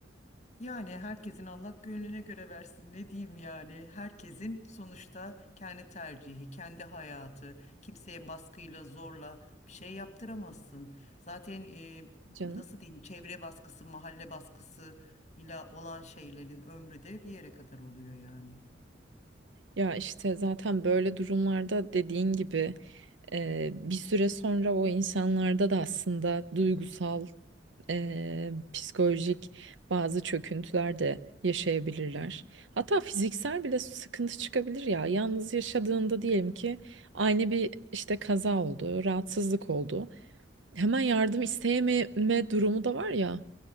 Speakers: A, on the left; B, on the right.
A: Yani herkesin Allah gönlüne göre versin ne diyeyim yani herkesin sonuçta kendi tercihi kendi hayatı kimseye baskıyla zorla bir şey yaptıramazsın zaten e,
B: Canım.
A: nasıl diyeyim çevre baskısı mahalle baskısı ile olan şeylerin ömrü de bir yere kadar oluyor yani
B: Ya işte zaten böyle durumlarda dediğin gibi Eee, bir süre sonra o insanlarda da aslında duygusal, eee, psikolojik bazı çöküntüler de yaşayabilirler. Hatta fiziksel bile sıkıntı çıkabilir ya. Yalnız yaşadığında diyelim ki aynı bir işte kaza oldu, rahatsızlık oldu. Hemen yardım isteyememe durumu da var ya.